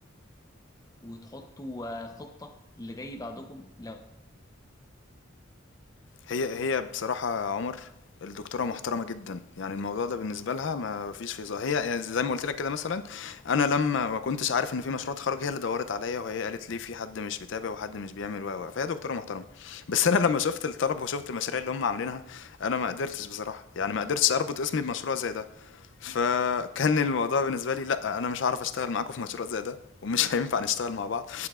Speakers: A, on the left; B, on the left.
A: وتحطوا آه، خطة اللي جاي بعدكم لو
B: هي هي بصراحة يا عمر الدكتورة محترمة جدا يعني الموضوع ده بالنسبة لها ما فيش فيه هزار هي يعني زي ما قلت لك كده مثلا انا لما ما كنتش عارف ان في مشروع تخرج هي اللي دورت عليا وهي قالت لي في حد مش بيتابع وحد مش بيعمل و و فهي دكتورة محترمة بس انا لما شفت الطلب وشفت المشاريع اللي هم عاملينها انا ما قدرتش بصراحة يعني ما قدرتش اربط اسمي بمشروع زي ده فكان الموضوع بالنسبة لي لا انا مش هعرف اشتغل معاكم في مشروع زي ده ومش هينفع نشتغل مع بعض